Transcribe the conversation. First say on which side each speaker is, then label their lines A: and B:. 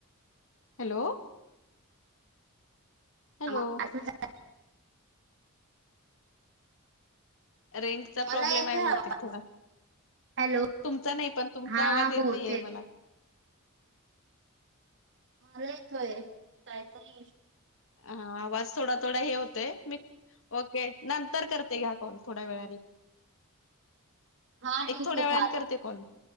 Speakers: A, on the left (about 65°); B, on the right (about 55°).
A: हॅलो हॅलो
B: ह अस झा
A: रेंज चा
B: मला
A: प्रॉब्लेम
B: येतोय
A: आहे बहुतेक
B: आवाज
A: थोडा.
B: हॅलो
A: तुमचा नाही पण तुमचा
B: हा
A: आवाज येत
B: बहुतेक
A: नाहीे मला.
B: ला येतोय काहीतरी इशू
A: हा आवाज थोडा थोडा हे होतोय मी ओके नंतर करते घ्या कॉल थोड्या वेळानी.
B: हा ठीक
A: थोड्या
B: आहे
A: वेळाने
B: चालेल
A: करते कॉल